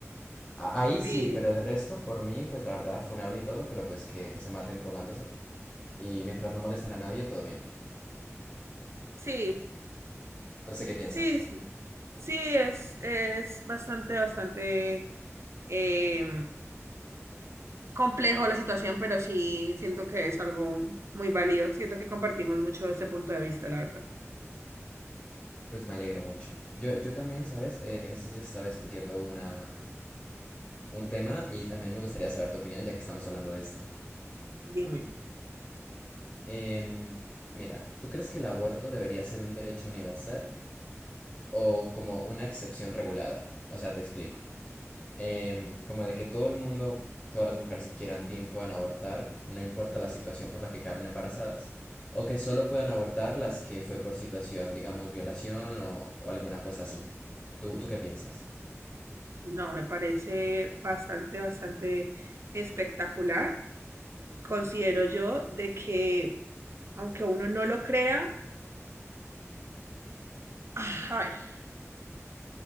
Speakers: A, on the left; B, on the right.
A: A- Ahí
B: Sí,
A: sí, pero de resto, por mí, pues la verdad, funable y todo, pero pues que, que se maten drogándose y mientras no molesten a nadie, todo bien.
B: sí.
A: No sé qué piensas.
B: Sí, sí, sí, es, es bastante, bastante eh, complejo la situación, pero sí siento que es algo muy válido. Siento que compartimos mucho ese punto de vista, la verdad.
A: Pues me alegro mucho. Yo, yo también, ¿sabes? Eh, en estos días estaba discutiendo una, un tema y también me gustaría saber tu opinión ya que estamos hablando de esto.
B: Dime,
A: Em, mira, ¿tú crees que el aborto debería ser un derecho universal o como una excepción regulada? O sea, te explico. Em, como de que todo el mundo, todas las mujeres que quieran tin- puedan abortar, no importa la situación por la que quedaron embarazadas, o que solo puedan abortar las que fue por situación, digamos, violación o, o alguna cosa así. ¿Tú, tú qué piensas?
B: no, me parece bastante, bastante espectacular. Considero yo de que, aunque uno no lo crea, ah, a ver,